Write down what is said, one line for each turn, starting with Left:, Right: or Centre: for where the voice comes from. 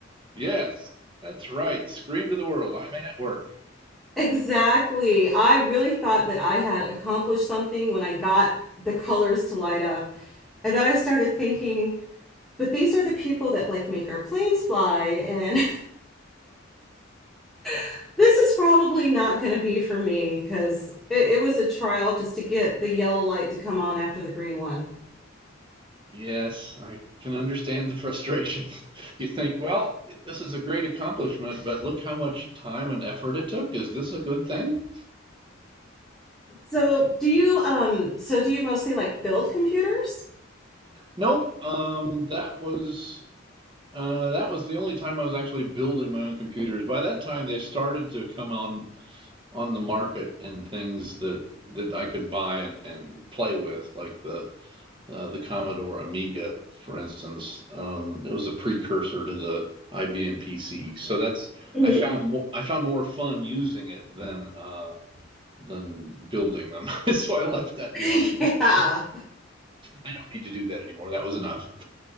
Right: Yes, that's right. Scream to the world. I made it work.
Centre: <laughs> exactly. I really thought that I had accomplished something when I got the colors to light up. And then I started thinking, but these are the people that like make our planes fly. And <laughs> this is probably not going to be for me because it, it was a trial just to get the yellow light to come on after the green one.
Right: Yes, I can understand the frustration. <laughs> You think, well, this is a great accomplishment, but look how much time and effort it took. Is this a good thing?
Centre: So do you um so do you mostly like build computers?
Right: Nope. Um, that was uh, that was the only time I was actually building my own computers. By that time, they started to come on on the market and things that that I could buy and, and play with, like the uh, the Commodore Amiga, for instance. Um, it was a precursor to the IBM PC. So that's
Centre: hmm
Right: I found more, I found more fun using it than uh, than building them. <laughs> so I left that
Centre: <laughs>
Right: behind.
Centre: Yeah.
Right: I Don't need to do that anymore. That was enough.